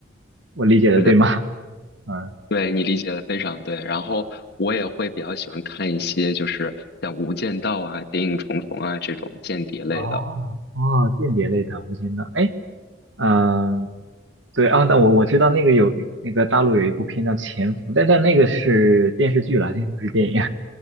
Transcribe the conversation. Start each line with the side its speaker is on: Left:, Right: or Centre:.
Right: 我理解的对吗？
Left: 是的，
Right: <laughs> 嗯，
Left: 对你理解的非常对。然后我也会比较喜欢看一些就是像《无间道》啊、《谍影重重》啊这种间谍类的
Right: 哦哦，间谍类的无间道，哎，嗯、对啊，那我我知道那个有那个大陆有一部片叫《潜伏》，但但那个是电视剧了，那个不是电影。